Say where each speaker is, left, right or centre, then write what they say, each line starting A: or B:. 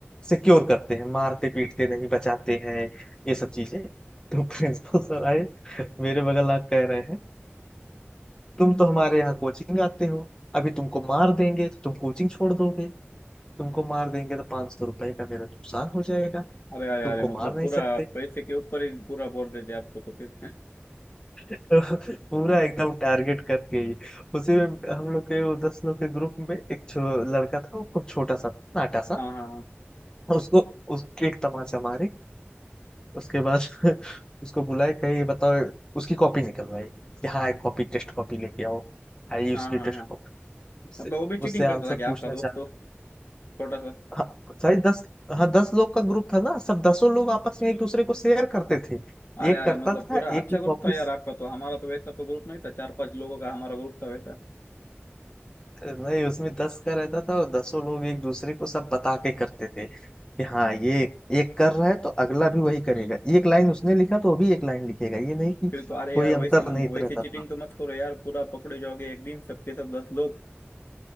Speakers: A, on the left; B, on the left.
A: सिक्योर करते हैं मारते पीटते नहीं बचाते हैं ये सब चीजें तो प्रिंसिपल सर आए मेरे बगल आ कह रहे हैं तुम तो हमारे यहाँ कोचिंग आते हो अभी तुमको मार देंगे तो तुम कोचिंग छोड़ दोगे तुमको मार देंगे तो पांच सौ रुपए का मेरा नुकसान हो जाएगा
B: अरे अरे
A: तुमको
B: अरे मतलब
A: मार नहीं
B: पूरा
A: सकते
B: पैसे के ऊपर ही पूरा बोल रहे थे आपको तो फिर <laughs>
A: तो पूरा एकदम टारगेट करके ही उसी में हम लोग के वो दस लोग के ग्रुप में एक छो, लड़का था वो खूब छोटा सा था नाटा सा
B: हाँ हाँ
A: उसको उसके एक तमाचा मारे उसके बाद <laughs> उसको बुलाए कहे ये बताओ उसकी कॉपी निकलवाई कि हाँ एक कॉपी टेस्ट कॉपी लेके आओ आई
B: हाँ
A: उसकी
B: हाँ
A: टेस्ट
B: हाँ
A: कॉपी उससे
B: मतलब वो भी चीटिंग
A: उससे आंसर
B: करता था कि आपका
A: पूछना
B: दोस्त
A: चाहता
B: तो छोटा सा
A: हाँ सारी दस हाँ दस लोग का ग्रुप था ना सब दसों लोग आपस में एक दूसरे को शेयर करते थे
B: अरे
A: एक
B: अरे
A: करता
B: मतलब
A: था
B: पूरा
A: एक
B: अच्छा
A: की
B: ग्रुप
A: कॉपी
B: था यार आपका तो हमारा तो वैसा तो ग्रुप नहीं था चार पांच लोगों का हमारा ग्रुप था वैसा
A: नहीं उसमें दस का रहता था और दसों लोग एक दूसरे को सब बता के करते थे कि हाँ ये एक कर रहा है तो अगला भी वही करेगा एक लाइन उसने लिखा तो अभी एक लाइन लिखेगा ये नहीं कि
B: फिर तो अरे
A: कोई
B: यार
A: अंतर
B: वैसी
A: नहीं
B: वैसी
A: रहता था
B: चीटिंग तो मत करो यार पूरा पकड़े जाओगे एक दिन सबके सब दस लोग